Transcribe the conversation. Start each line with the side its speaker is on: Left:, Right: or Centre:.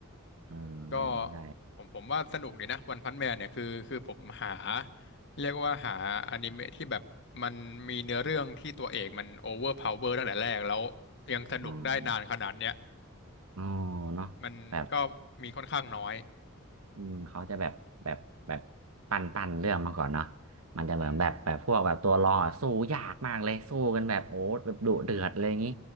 Right: เออเออใช่
Left: ก็ผมผมว่าสนุกดีนะวันพันแมนเนี่ยคือคือผมหาเรียกว่าหาอนิเมะที่แบบมันมีเนื้อเรื่องที่ตัวเอกมันโอเวอร์พาวเวอร์ตั้งแต่แรกแล้วยังสนุกได้นานขนาดเนี้ย
Right: อมอ๋อเนาะแบบ
Left: มันก็มีค่อนข้างน้อย
Right: อืมเขาจะแบบแบบแบบปั่นปั่นเรื่องมาก่อนเนาะมันจะเหมือนแบบแบบพวกแบบตัวรองอะสู้ยากมากเลยสู้กันแบบโอ้แบบดุเดือดเลยอย่างงี้
Left: อืม